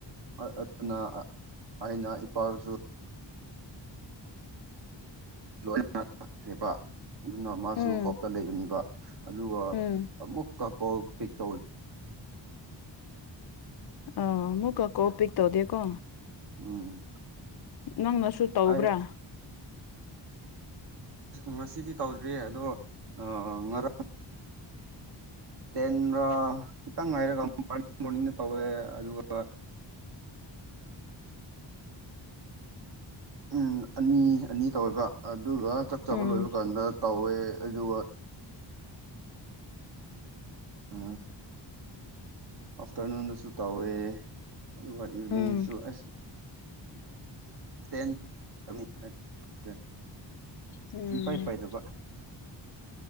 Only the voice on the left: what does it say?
ꯎꯝ
ꯎꯝ
ꯑꯥ ꯑꯃꯨꯛ ꯀ ꯀꯣꯜ ꯄꯤꯛ ꯇꯧꯗꯦꯀꯣ
ꯅꯪꯅꯁꯨ ꯇꯧꯕ꯭ꯔꯥ
ꯎꯝ
ꯎꯝ
ꯎꯝ